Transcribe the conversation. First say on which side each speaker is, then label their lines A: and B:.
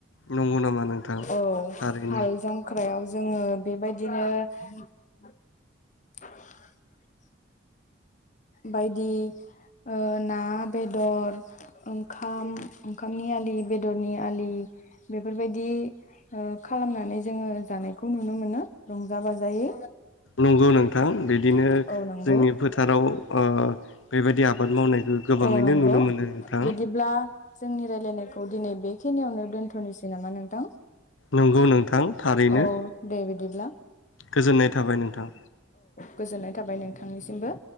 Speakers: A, on the left (about 80°); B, on the left (about 40°).
A: नंगौ नामा नोंथां
B: औ
A: थारैनो
B: हाल जांख्रायाव जोङो बेबायदिनो <inaudible> <inaudible> बायदि ओ ना बेदर ओंखाम ओंखामनि आलि बेदरनि आलि बेफोरबायदि ओ खालामनानै जोङो जानायखौ नुनो मोनो रंजा बाजायै
A: नंगौ नोंथां बिदिनो
B: औ नंगौ
A: जोंनि फोथाराव अ बेबायदि आबाद मावनायखौ गोबाङैनो
B: औ नंगौ
A: नुनो मोनो नोंथां।
B: बिदिब्ला जोंनि रायलायनायखौ दिनै बेखिनियावनो दोन्थ'नोसै नामा नोंथां
A: नंगौ नोंथां थारैनो
B: औ दे बिदिब्ला
A: गोजोननाय थाबाय नोंथां
B: गोजोन्नाय थाबाय नोंथांनिसिमबो